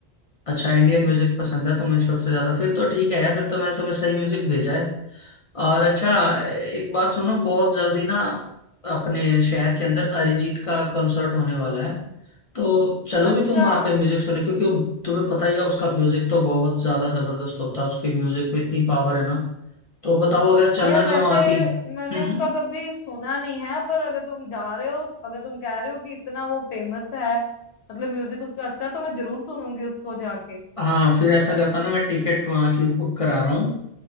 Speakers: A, on the left (about 55°); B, on the left (about 85°).
A: अच्छा इंडियन
B: हम्म।
A: म्यूजिक पसंद है तुम्हें सबसे ज्यादा फिर तो ठीक है यार फिर तो मैंने तुम्हें सही म्यूजिक भेजा है और अच्छा एक बात सुनो बहुत जल्दी ना अपने शहर के अंदर अरिजीत का कॉन्सर्ट होने वाला है तो चलोगे
B: अच्छा
A: तुम वहां पे म्यूजिक सुनने क्योंकि वो- तुम्हें पता ही है उसका म्यूजिक तो बहुत ज्यादा जबरदस्त होता है उसके म्यूजिक में इतनी पावर है ना तो बताओ अगर चलना
B: हाँ यार
A: है तो
B: वैसे
A: मैं वहां की हम्म
B: मैंने उसका
A: हम्म।
B: कभी सुना नहीं है पर अगर तुम जा रहे हो अगर तुम कह रहे हो कि इतना वो फेमस है मतलब म्यूजिक उसका अच्छा तो मैं जरूर सुनूंगी उसको जाके
A: हाँ फिर ऐसा करता हूँ ना मैं टिकट वहाँ की बुक करा रहा हूँ